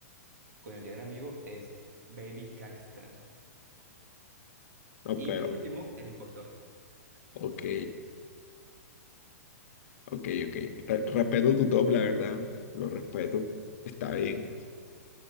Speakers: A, on the right; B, on the left.
A: con el Día del Amigo, es Baby Gangsta.
B: no,
A: Y
B: pero,
A: por último, el impostor.
B: ok. Ok, ok. Re- respeto tu top, la verdad. Lo respeto. Está bien.